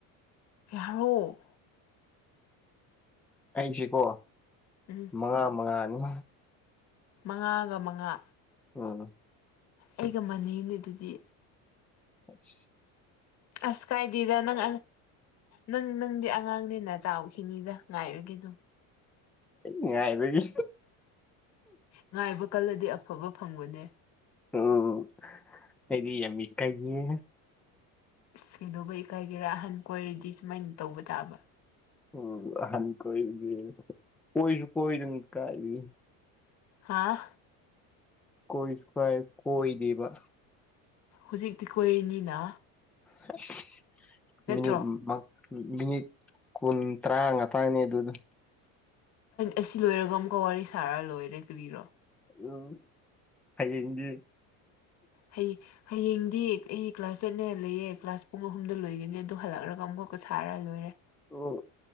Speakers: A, on the left (about 45°); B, in the centre.
A: <unintelligible>
B: ꯑꯩꯖꯦꯀꯣ
A: ꯎꯝ
B: ꯃꯉꯥ ꯃꯉꯥ ꯃꯉꯥ
A: ꯃꯉꯥꯒ ꯃꯉꯥ
B: ꯑ
A: ꯑꯩꯒ ꯃꯅꯩꯅꯦ ꯑꯗꯨꯗꯤ
B: ꯏꯁ
A: ꯑꯁ ꯀꯥꯏꯗꯦꯗ ꯅꯪ ꯅꯪ ꯅꯪꯗꯤ ꯑꯉꯥꯡꯅꯤꯅ ꯆꯥꯎꯈꯤꯅꯤꯗ ꯉꯥꯏꯔꯒꯦꯗ
B: ꯉꯥꯏꯔꯒꯦꯗ
A: ꯉꯥꯏꯕ ꯀꯜꯂꯗꯤ ꯑꯐꯕ ꯐꯪꯕꯅꯦ
B: ꯎꯝ ꯑꯩꯗꯤ ꯌꯥꯝ ꯏꯀꯥꯏꯌꯦ
A: ꯏꯁ ꯀꯩꯗꯧꯕꯩ ꯏꯀꯥꯏꯒꯦꯔꯥ ꯑꯍꯟ ꯀꯣꯏꯔꯗꯤ ꯁꯨꯃꯥꯏꯅ ꯇꯧꯕ ꯇꯥꯕ
B: ꯑꯣ ꯑꯍꯟ ꯀꯣꯏꯕꯗꯤ ꯀꯣꯏꯁꯨ ꯀꯣꯏꯗꯅ ꯀꯥꯏꯗꯒꯤ
A: ꯍꯥꯥ
B: ꯀꯣꯏꯖꯨ ꯀꯥꯏ ꯀꯣꯏꯗꯦꯕ
A: ꯍꯨꯖꯤꯛꯇꯤ ꯀꯣꯏꯔꯤꯅꯤꯅ
B: ꯍꯁ
A: ꯅꯠꯇ꯭ꯔꯣ
B: ꯃꯤꯅꯤꯠ ꯃ ꯃꯤꯅꯤꯠ ꯀꯨꯟ ꯇꯔꯥ ꯉꯥꯛꯇꯪꯅꯤ ꯑꯗꯨꯗ
A: ꯑꯁꯤ ꯂꯣꯏꯔꯒ ꯑꯃꯨꯛꯀ ꯋꯥꯔꯤ ꯁꯥꯔ ꯂꯣꯏꯔꯦ ꯀꯕꯤꯔꯣ
B: ꯎ ꯍꯌꯦꯡꯗꯤ
A: ꯍꯩ ꯍꯌꯦꯡꯗꯤ ꯑꯩ ꯀ꯭ꯂꯥꯁ ꯆꯠꯅꯦ ꯂꯩꯌꯦ ꯀ꯭ꯂꯥꯁ ꯄꯨꯡ ꯑꯍꯨꯝꯗ ꯂꯣꯏꯒꯅꯤ ꯑꯗꯨ ꯍꯜꯂꯛꯂꯒ ꯑꯃꯨꯛꯀ ꯁꯥꯔꯒ ꯂꯣꯏꯔꯦ
B: ꯑꯣ